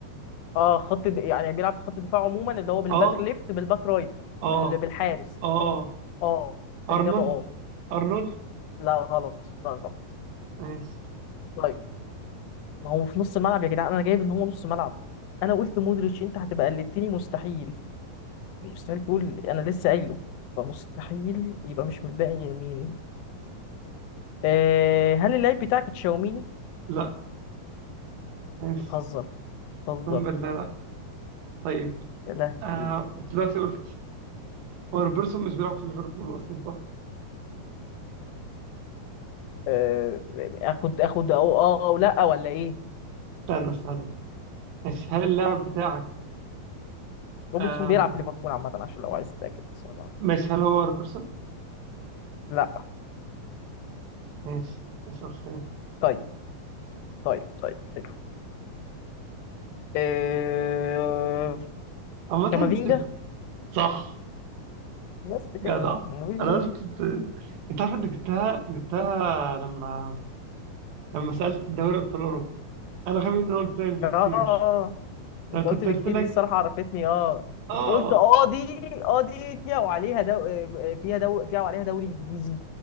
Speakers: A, on the left; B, on the right.
A: اه خط د... يعني بيلعب في خط الدفاع عموما اللي هو بالباك
B: اه
A: ليفت بالباك رايت
B: اه
A: بال... بالحارس
B: اه
A: اه الاجابه
B: ارنولد
A: اه
B: ارنولد
A: لا غلط لا غلط
B: ماشي
A: طيب ما هو في نص الملعب يا جدعان انا جايب ان هو نص ملعب انا قلت مودريتش انت هتبقى قلدتني مستحيل مستحيل تقول انا لسه قايله فمستحيل يبقى مش متبقي غير مين آه هل اللعيب بتاعك تشاوميني
B: لا ماشي
A: بتهزر بتهزر
B: اقسم بالله لا طيب
A: يا لهوي
B: آه دلوقتي قلت هو روبرتسون مش بيلعب في ليفربول اصلا صح؟
A: آه، اخد اخد او اه او لا ولا ايه
B: استنى استنى ماشي هل اللاعب بتاعك
A: روبرتسون
B: آم،
A: بيلعب في ليفربول عامه عشان لو عايز تتاكد بس أنا بعرف.
B: ماشي هل هو روبرتسون؟
A: لا
B: ماشي اسأل تاني
A: طيب طيب طيب حلو آه،
B: عامة
A: كامافينجا
B: أنت- صح
A: بس
B: جدع
A: كده مفيش
B: انا قلت انت انت عارف انت جبتها جبتها لما لما سألت دوري أبطال أوروبا أنا غبي إن أنا قلت لك بكتير
A: غير- اه انت
B: لو
A: قلت
B: كنت
A: بكتير
B: قلت لك
A: دي الصراحه عرفتني اه
B: آه
A: انت قلت اه دي اه دي فيها وعليها دو... آه، فيها دو... فيها وعليها دوري انجليزي